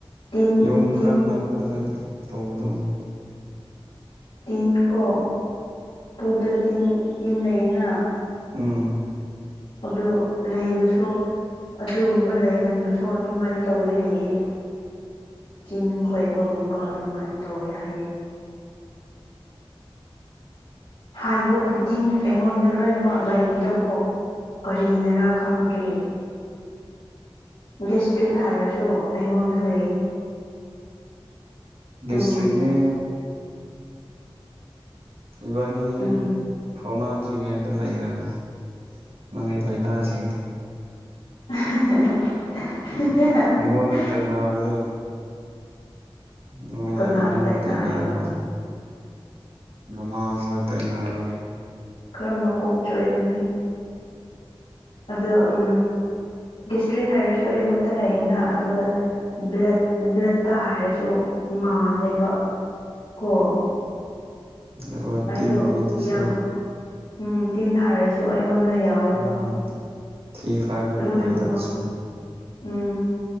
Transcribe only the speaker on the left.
ꯇꯤꯟ
ꯇꯤꯟ
ꯇꯤꯟ ꯀꯣ ꯄꯨꯛꯇ ꯇꯤꯟ ꯇꯤꯟ ꯂꯩꯌꯦꯅ
ꯑꯗꯣ ꯂꯩꯕꯁꯨ ꯑꯗꯨꯒꯨꯝꯕ ꯂꯩꯒꯟꯕꯁꯨ ꯑꯗꯨꯃꯥꯏꯅ ꯇꯧꯋꯤ ꯍꯌꯦꯌꯦ ꯆꯤꯟ ꯈꯣꯏꯕꯒꯨꯝꯕ ꯑꯗꯨꯃꯥꯏꯅ ꯇꯧꯋꯤ ꯍꯥꯏꯌꯦ ꯍꯥꯏꯕ ꯈꯨꯗꯤꯡ ꯑꯩꯉꯣꯟꯗ ꯂꯣꯏꯅꯃꯛ ꯂꯩꯕꯗꯣꯀꯣ ꯀꯔꯤꯅꯔꯥ ꯈꯪꯗ꯭ꯔꯦ ꯒꯦꯁꯇ꯭ꯔꯤꯛ ꯍꯥꯏꯔꯁꯨ ꯑꯩꯉꯣꯟꯗ ꯂꯩ
ꯎꯝ
ꯎꯝ
ꯍꯥꯍꯥ ꯍꯥꯍꯥꯍꯥ
ꯀꯅꯥꯅ
ꯇꯥꯏꯅꯔꯤꯕ
ꯈꯔ ꯃꯀꯣꯛ ꯆꯣꯏꯕꯅꯤ ꯑꯗꯣ ꯎꯝ ꯒꯦꯁꯇ꯭ꯔꯤꯛ ꯍꯥꯏꯔꯁꯨ ꯑꯩꯉꯣꯟꯗ ꯂꯩꯌꯦꯅ ꯑꯗꯨꯒ ꯕ꯭ꯂꯠ ꯕ꯭ꯂꯠꯇ ꯍꯥꯏꯔꯁꯨ ꯃꯥꯜꯂꯦꯕ ꯀꯣ
ꯑꯩꯗꯣ
ꯌꯥꯝ ꯎꯝ ꯇꯤꯟ ꯍꯥꯏꯔꯁꯨ ꯑꯩꯉꯣꯟꯗ ꯌꯥꯎꯋꯦꯕ
ꯂꯣꯏꯅꯃꯛ ꯎꯝ